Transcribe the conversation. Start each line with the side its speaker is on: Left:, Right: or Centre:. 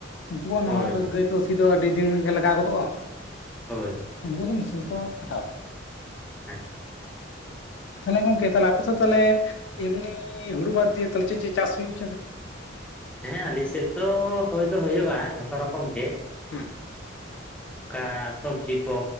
Left: ᱩᱱᱠᱩᱣᱟᱜ
Centre: ᱦᱳᱭ
Left: ᱱᱚᱜᱼᱚᱭ ᱫᱚ ᱜᱟᱹᱭ ᱛᱮ ᱫᱚ ᱥᱤ ᱫᱚ ᱟᱹᱰᱤ ᱫᱤᱱ ᱜᱮ ᱞᱟᱜᱟᱣ ᱜᱚᱫᱚᱜᱼᱟ,
Centre: ᱦᱳᱭ
Left: ᱩᱱᱠᱩ ᱫᱚ ᱢᱮᱥᱤᱱ ᱛᱮᱠᱚ ᱠᱷᱟᱴᱟᱣᱟ ᱾
Centre: ᱟᱪᱪᱷᱟ,
Left: ᱛᱟᱦᱚᱞᱮ ᱜᱚᱝᱠᱮ ᱟᱯᱮᱛᱚ ᱛᱟᱦᱞᱮ ᱮᱢᱱᱤ ᱦᱩᱲᱩ ᱵᱟᱫᱽ ᱫᱤᱭᱮ ᱛᱚ ᱪᱮᱫ ᱪᱮᱫ ᱪᱟᱥ ᱦᱩᱭᱩᱜ ᱜᱮᱭᱟ ᱛᱚ?
Centre: ᱦᱮᱸ ᱟᱹᱞᱤᱧ ᱥᱮᱫ ᱫᱚ ᱦᱩᱭ ᱫᱚ ᱦᱩᱭᱩᱜᱼᱟ ᱡᱚᱛᱚ ᱨᱚᱠᱚᱢ ᱜᱮ ᱾
Left: ᱦᱮᱸ
Centre: ᱚᱝᱠᱟ ᱥᱚᱵᱽᱡᱤ ᱠᱚ